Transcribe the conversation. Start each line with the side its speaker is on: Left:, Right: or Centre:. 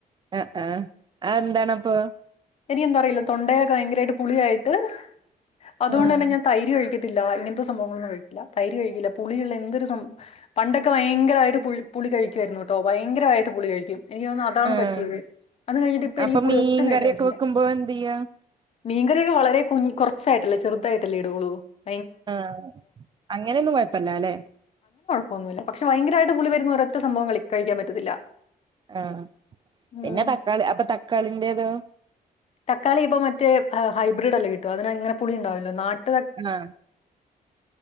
Right: ആഹ ആഹ അ എന്താണ അപ്പൊ
Left: എരി എന്താ പറയില്ല തൊണ്ടയൊക്കെ ഭയങ്കരമായിട്ട് പുളിയായിട്ട്- അതുകൊണ്ട്
Right: ആഹ
Left: തന്നെ ഞാൻ തൈര് കഴിക്കത്തില്ല ഇങ്ങനത്തെ സംഭവങ്ങളൊന്നും കഴിക്കില്ല തൈര് കഴിക്കില്ല പുളിയുള്ള എന്തൊരു പണ്ടൊക്കെ ഭയങ്കരമായിട്ട് പുളി കഴിക്കുായിരുന്നു കേട്ടോ ഭയങ്കരമായിട്ട് പുളി കഴിക്കും എനിക്ക് അതാണ്
Right: ആഹ്
Left: പറ്റിയത് അന്ന് കഴിഞ്ഞിട്ട് ഇപ്പ എനിക്ക്
Right: അപ്പൊ
Left: പുളി
Right: മീൻ
Left: ഒട്ടും കഴിക്കാൻ
Right: കറിയൊക്കെ
Left: പറ്റില്ല
Right: വെക്കുമ്പോ എന്ത് ചെയ്യാ
Left: മീൻകറിയൊക്കെ വളരെ കുറച്ചായിട്ടല്ലേ ചെറു- ട്ടല്ല ഇടു്ള് <inaudible>
Right: ആഹ അങ്ങനെയൊന്നും കുഴപ്പില്ല അല്ലെ
Left: പോന്നുന്നില്ല പക്ഷ ഭയങ്കരമായിട്ട് പുളി വരുന്ന സംഭവങ്ങൾ കഴിക്കാൻ പറ്റത്തില്ല
Right: ആഹ
Left: ഉം
Right: പിന്നെ തക്കാളി തക്കാളിന്റെതൊ
Left: തക്കാളി ഇപ്പൊ മറ്റ ഹൈബ്രിഡ് അല്ലേ കിട്ട അതിനെങ്ങനെ പുളി ഉണ്ടാവല്ലോ നാട്ട
Right: ആ